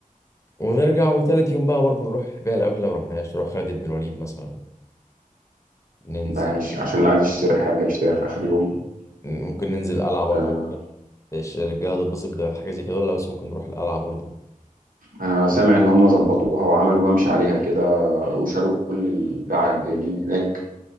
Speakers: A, on the left (about 20°); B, on the right (about 70°).
A: ونرجع وتالت يوم بقى برضو نروح بقى الاماكن اللي ما رحناش نروح خالد بن الوليد مثلا ننزل
B: لا، عش- عشان اللي عايز يشتري حاجه يشتريها في اخر يوم
A: ممكن ننزل القلعه برضو
B: آه،
A: مش عارف الرجاله تتبسط بحاجه زي كده ولا لا، بس ممكن نروح القلعه برضو
B: انا سامع ان هم ظبطوها وعملوا ممشى عليها كده وشالوا كل الباعة الجايلين هناك